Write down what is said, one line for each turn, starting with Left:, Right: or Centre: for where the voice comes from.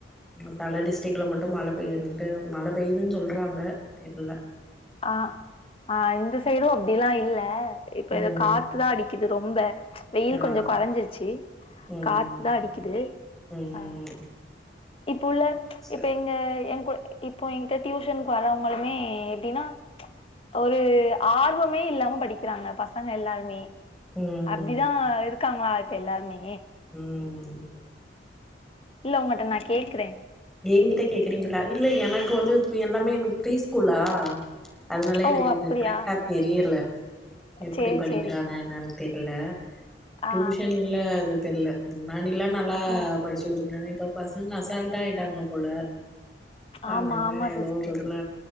Centre: செல டிஸ்ட்க்ல மட்டு மழ பெயின்ட்டு மழ பெய்துன் சொல்றாங்க இல்ல
Left: ஆ ஆ இந்த சைடு அப்டிலா இல்ல இப்ப
Centre: ம்
Left: இத காத்துதா அடிக்குது ரொம் ப வெயில்
Centre: ஆ
Left: கொஞ்சோ குறைஞ்சிரிச்சி
Centre: ம்
Left: காத்துதா அடிக்குது
Centre: ம்
Left: ஆ இப்போ உள்ள
Centre: சரி
Left: இப்ப எங்க எ கூட இப்போ என்கிட்ட டியூஷனுக்கு வரவங்களுமே எப்டின்னா ஒரு ஆர்வம் <unintelligible> இல்லாம படிக்கிறாங்க பசங்க எல்லாருமே
Centre: ம்
Left: அப்டிதா இருக்காங்களா இப்ப எல்லாருமே
Centre: ம்
Left: இல்ல உங்கட்ட நா கேக்கிறே
Centre: என்கிட்ட கேக்குறீங்களா இல்ல எனக்கு வந்து இது எல்லாமே எனக்கு ப்ரீஸ்கூலா அதனால
Left: ஓ
Centre: எனக்கு இது
Left: அப்டியா
Centre: கரெக்ட்டா தெரியல எப்படி
Left: சேரி
Centre: படிக்கிறாங்க
Left: சேரி
Centre: என்னனு தெர்ல
Left: ஆ
Centre: டியூஷன்ல <unintelligible> தெர்ல முன்னாடி எல்லாம் நல்லா
Left: ம்
Centre: படிச்சுட்ருந்தாங் இபோ பசங்க அசால்ட் டா ஆயிட்டாங்க போல ஆனாலு
Left: ஆமா ஆமா
Centre: அது ஏதோ
Left: சிஸ்டர்
Centre: ஒரு இதுல